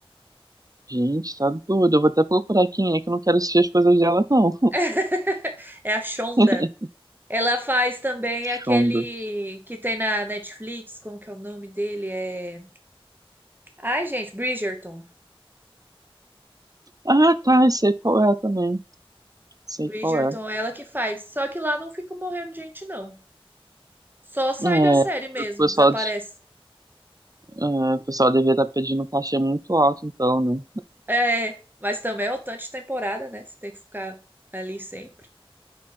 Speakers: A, on the right; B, on the right.
A: Gente, tá doido. Eu vou até procurar quem é que eu não quero assistir as coisas dela, não.
B: <laughs> É a Shonda.
A: <laughs>
B: Ela faz também aquele
A: Shonda.
B: que tem na Netflix, como que é o nome dele? É... Ai, gente, Bridgerton.
A: Ah, tá. Eu sei qual é também. Sei
B: Bridgerton,
A: qual é.
B: é ela que faz. Só que lá não fica morrendo gente, não. Só sai
A: É, o
B: da série mesmo,
A: pessoal,
B: desaparece.
A: é, o pessoal devia estar pedindo um cachê muito alto, então, né?
B: É, mas também é o tanto de temporada, né? Você tem que ficar ali sempre.